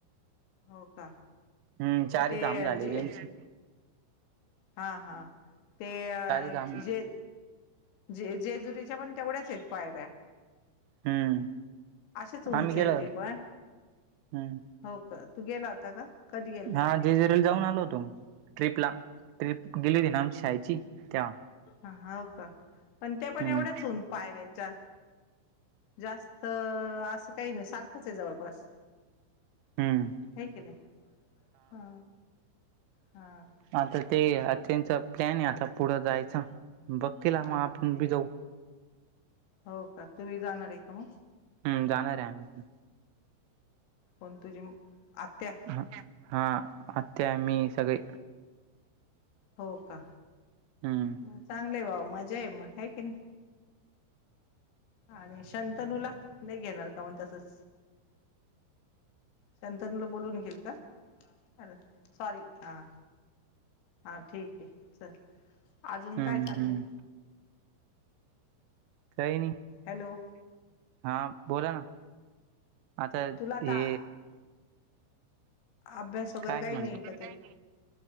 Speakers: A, on the left; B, on the right.
A: हो का
B: हम्म चारधाम
A: ते
B: झाले
A: जे
B: त्यांचे.
A: हा हा ते
B: धाम
A: जे जे जेजुरीच्या पण तेवढ्याच आहेत पायऱ्या.
B: हम्म
A: अशाच उंच
B: आम्ही गेलो
A: आहेत ते पण
B: हम्म
A: हो का तू गेला होता का? कधी गेलता
B: हा जेजराला जाऊन आलो होतो ट्रीपला ट्रिप गेली होती ना आमच्या शाळेची तेव्हा.
A: हा हो का पण त्यापण
B: हम्म
A: एवढ्याच होऊन पायऱ्यांच्या. जास्त असं काही नाही सारखंच आहे जवळपास.
B: हम्म
A: हाय की नाही? हा हा.
B: आता ते आत्यांच प्लॅन आहे आता पुढं जायच बघतील मग
A: हा
B: आपण बी जाऊ.
A: हो का तुम्ही जाणार आहे का मग?
B: हम्म जाणार आहे पण.
A: कोण तुझी आत्या?
B: ह हा आत्या मी सगळे.
A: हो का
B: हम्म
A: म चांगलं आहे भाव मजा आहे मग हे की नाही? आणि शंतनूला नाही घेणार का मग तसंच? संतनला बोलून निघेइल का? चालल सॉरी हा हा ठीक आहे चल अजून
B: हम्म
A: काय चाललंय?
B: हम्म काही नाही.
A: हॅलो.
B: हा बोला ना आता
A: तुला आता
B: हे
A: अभ्यास वगैरे
B: काय
A: काही
B: म्हणत
A: नाही का ते?